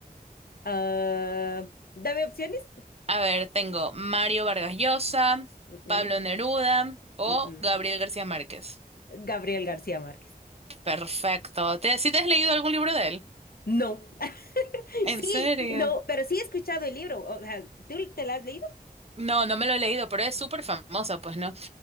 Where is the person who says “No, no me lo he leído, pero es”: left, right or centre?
Right